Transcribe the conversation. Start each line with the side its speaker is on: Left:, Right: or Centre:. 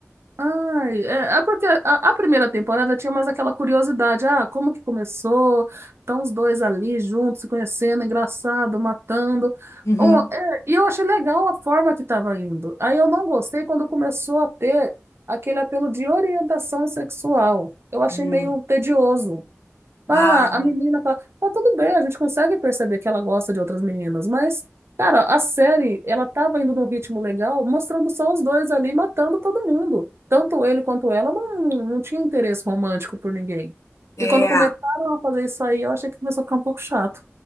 Right: Ai, é, é porque a, a primeira temporada tinha mais aquela curiosidade, ah, como que começou? Estão os dois ali juntos, se conhecendo, engraçado, matando.
Left: Uhum.
Right: Oh, é, e eu achei legal a forma que estava indo. Aí eu não gostei quando começou a ter aquele apelo de orientação sexual. Eu achei
Left: Hum.
Right: meio tedioso. Ah,
Left: Ah,
Right: a menina tá. Tá tudo bem, a gente consegue perceber que ela gosta de outras meninas, mas, cara, a série, ela tava indo num ritmo legal, mostrando só os dois ali matando todo mundo. Tanto ele quanto ela não, não tinha interesse romântico por ninguém.
Left: é.
Right: E quando começaram a fazer isso aí, eu achei que começou a ficar um pouco chato.